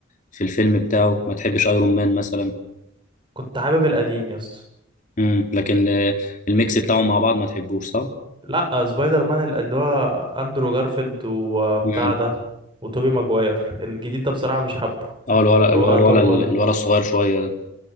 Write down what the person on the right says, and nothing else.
كنت حابب القديم يا اسطى
لا سبايدر مان ال- اللي هو اندرو جارفيلد وبتاع
ده وتوبي ماجواير الجديد ده بصراحه مش حابه
اللي
هو
توم هولاند